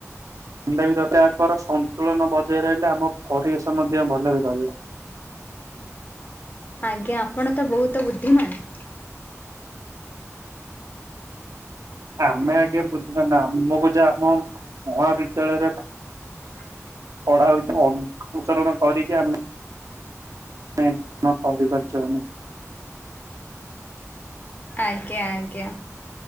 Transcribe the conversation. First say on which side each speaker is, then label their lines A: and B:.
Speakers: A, on the right (about 80°); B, on the left (about 35°).
A: ଣ୍ଡା ବି ଦରକାର। ଆଙ୍କର ସନ୍ତୁଳନ ବଜାଇ ରହିଲେ ଆମ ପରିବେଶ ମଧ୍ୟ ଭଲ ବି ରହିବ।
B: ଆଜ୍ଞା, ଆପଣ ତ ବହୁତ ବୁଦ୍ଧିମାନ।
A: ଆମେ ଆଜ୍ଞା ବୁନ୍ଧିମାନ ନୁହଁ। ଆମୁକୁ ଜାହା ଆମ ମହାବିଦ୍ୟାଳୟରେ
B: ହ <unintelligible>
A: ପଢା ହଉଛି, ଅନୁଚରଣ କରିକି ଆମେ ନାଇଁ <unintelligible>
B: ଆଜ୍ଞା ଆଜ୍ଞା।